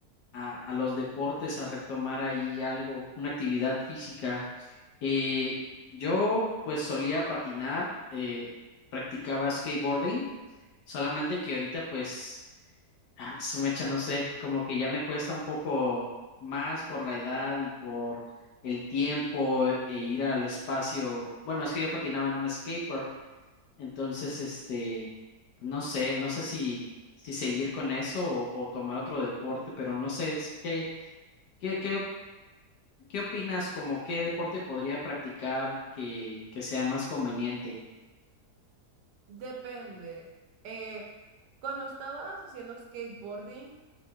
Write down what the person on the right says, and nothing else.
Depende. Eh, cuando estabas haciendo skateboarding,